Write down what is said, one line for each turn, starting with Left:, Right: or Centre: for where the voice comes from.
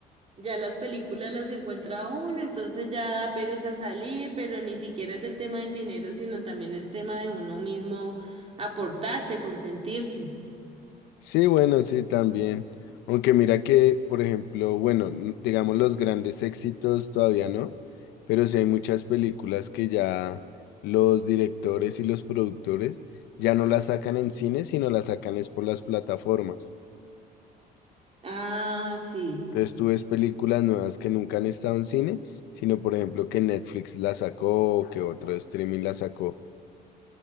Right: Ya las películas las encuentra uno, entonces ya da pereza salir, pero ni siquiera es el tema del dinero, sino también es tema de uno mismo aportarse, consentirse.
Left: Sí, bueno, sí, también. Aunque mira que, por ejemplo, bueno, n- digamos los grandes éxitos todavía no, pero sí hay muchas películas que ya los directores y los productores ya no las sacan en cine, sino las sacan es por las plataformas.
Right: Ah, sí,
Left: Entonces tú ves películas nuevas que nunca han estado en cine, sino por ejemplo que Netflix la sacó o que otro streaming la sacó.